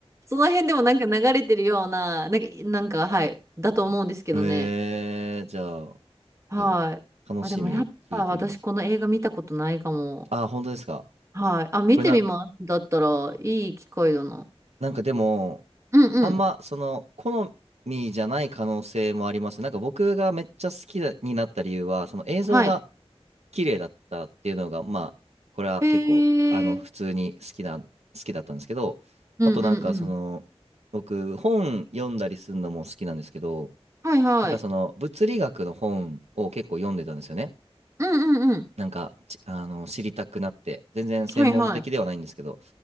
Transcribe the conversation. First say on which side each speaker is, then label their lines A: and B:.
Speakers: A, on the right; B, on the right.
A: その辺でもなんか流れてるような、なんか、なんか、はい。だと思うんですけどね。
B: えー、じゃあ。
A: はい。
B: ちょっと楽しみに聞いてみます。
A: あ、でもやっぱ私この映画見たことないかも。
B: あー、本当ですか。
A: はい。あ、見てみます。
B: これなん、
A: だったらいい機会だな。
B: なんかでも、
A: うんうん。
B: あんまその好みじゃない可能性もありますね。なんか僕がめっちゃ好きだになった理由は、その映像が
A: はい。
B: 綺麗だったっていうのが、まあ、これは結構、
A: へえ。
B: あの、普通に好きな、好きだったんですけど、
A: うんうんうん。
B: あとなんかその、僕、本読んだりするのも好きなんですけど、
A: はいはい。
B: なんかその物理学の本を結構読んでたんですよね。
A: うんうんうん。
B: なんか、ちあの、知りたくなって、全然専門的ではないんですけど、
A: はいはい。